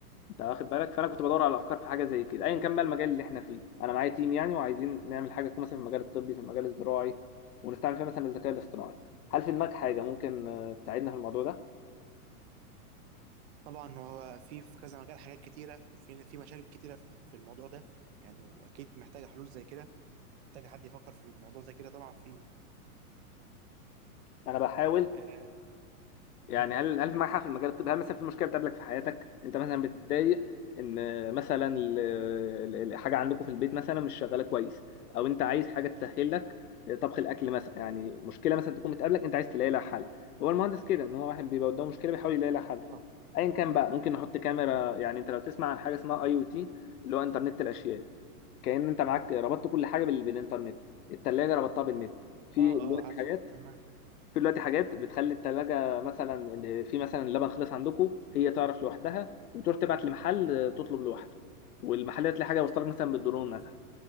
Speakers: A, on the left; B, on the right.
A: انت واخد بالك فانا كنت بدور على افكار في حاجه زي كده ايا كان بقى المجال اللي احنا فيه انا معايا تيم يعني وعايزين نعمل حاجه تكون مثلا في المجال الطبي في المجال الزراعي ونستعمل فيها مثلا الذكاء الاصطناعي هل في دماغك حاجه ممكن آه، تساعدنا في الموضوع ده
B: طبعا هو في في كذا مجال حاجات كتيرة وفي في مشاكل كتيرة في الح- في الموضوع ده يعني وأكيد محتاجة حلول زي كده محتاجة حد يفكر في الموضوع زي كده طبعا في
A: انا بحاول
B: آه
A: يعني
B: مم.
A: هل هل في معاك حق في المجال الطبي هل مثلا في مشكله بتقابلك في حياتك انت مثلا بتتضايق ان مثلا ال- ال- الحاجه عندكم في البيت مثلا مش شغاله كويس او انت عايز حاجه تسهل لك طبخ الاكل مثلا يعني مشكله مثلا تكون بتقابلك انت عايز تلاقي لها حل هو المهندس كده ان هو واحد بيبقى قدامه مشكله بيحاول يلاقي لها حل
B: آه
A: ايا كان بقى ممكن نحط كاميرا يعني انت لو تسمع عن حاجه اسمها اي او تي اللي هو انترنت الاشياء كأن انت معاك ربطت كل حاجه بال- بالانترنت الثلاجه ربطتها بالنت في
B: آه
A: دلوقتي
B: آه عارف
A: حاجات
B: تمام
A: في دلوقتي حاجات بتخلي التلاجة مثلا إن في مثلا اللبن خلص عندكم هي تعرف لوحدها وتروح تبعت لمحل تطلب لوحده والمحل تلاقي حاجة وصلك مثلا بالدرون مثلا